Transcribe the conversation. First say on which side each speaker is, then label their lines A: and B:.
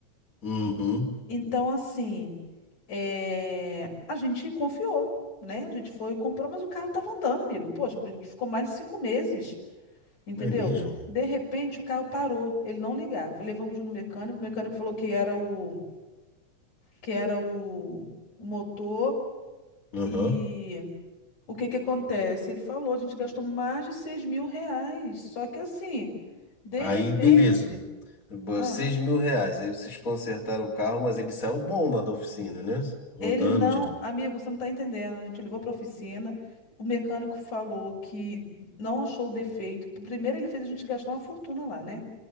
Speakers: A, on the left (about 25°); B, on the left (about 85°).
A: Uhum,
B: Então, assim, é, a gente confiou, né? A gente foi e comprou, mas o carro estava andando, amigo. Poxa, ficou mais de cinco meses. Entendeu?
A: é mesmo?
B: De repente o carro parou, ele não ligava. Levamos no mecânico, o mecânico falou que era o que era o, o motor
A: Uhum.
B: e o que que acontece? Ele falou, a gente gastou mais de seis mil reais. Só que assim, de
A: Aí,
B: repente,
A: beleza. Bo-
B: ah,
A: Seis mil reais. Aí vocês consertaram o carro, mas ele saiu bom lá da oficina, né? Rodando
B: ele não,
A: direito.
B: amigo, você não está entendendo. A gente levou para oficina, o mecânico falou que não achou o defeito. Primeiro ele fez a gente gastar uma fortuna lá, né?